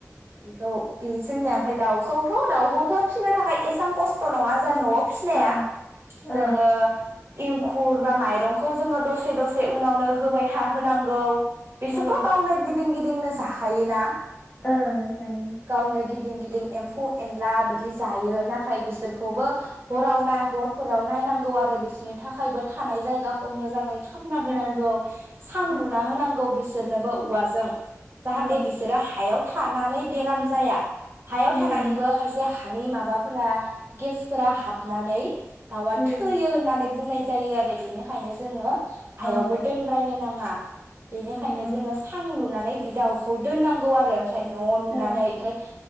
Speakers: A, on the right; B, on the left.
A: बेखौ बे जोंनिया
B: ओ
A: ओमफ्राय दाउखौ थ दाउखौथ फिसिनो थाखाय एसां खस्थ नङा जों न'आव फिनाया
B: ओ ओ
A: जोङो एंखुर बा माइरंखौ जोंङो दसे दसे उनावनो होबाय थाहोनां गौ बिसोर
B: औ
A: थ गावनो गिदिं गि दिं नो जाखायोना
B: ओ जायो
A: गावनो गिदिं गिदिं एम्फौ एनला बिदि जायो नाथाय बिसोरखौबो हराव ना हर फोराव नायनांगौ आरो बिसोरनि थाखायबो थानाय जायगाखौ मोजांङै खामना होनांगौ
B: ओ
A: सां
B: ओ
A: लुना होनांगौ बिसोर सोरनोबो उवाजों जाहाथे
B: औ
A: बिसोरो हायाव थानानै बेराम जाया हायाव
B: उम
A: थानानैबो खायसे हानि माबाफोरा गेसफोरा हाबनानै दाउआ
B: उम
A: थैयो होननानै बुंनाय जायो आरो बेनिखायनो जोंङो हायावबो
B: औ
A: बो दोनद्रायनो नांङा बेनिखायनो
B: उम उम
A: जोंङो सां लुनानै दि दाव खौ दोननांगौ आरो फाय न लुनानै
B: औ
A: ओमफ्राय